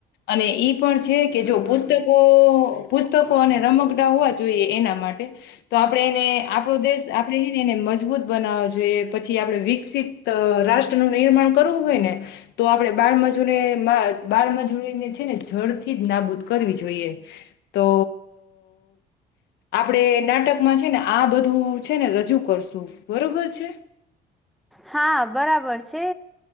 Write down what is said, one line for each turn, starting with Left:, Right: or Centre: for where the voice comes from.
Left: અને ઈ પણ છે કે જો પુસ્તક પુસ્તકો અને રમકડા હોવા જોઈએ એના માટે તો આપણે એને આપણો દેશ આપણે એને એને મજબૂત બનાવવો જોઈએ પછી આપણે વિકસિત તો રાષ્ટ્ર નું નિર્માણ કરવું હોય ને તો આપણે બાળમજૂરી બાળમજૂરીને છે ને જડથી જ નાબૂદ કરવી જોઈએ તો આપડે નાટકમાં છે ને આ બધું છે ને રજૂ કરશું બરાબર છે
Centre: હા બરાબર છે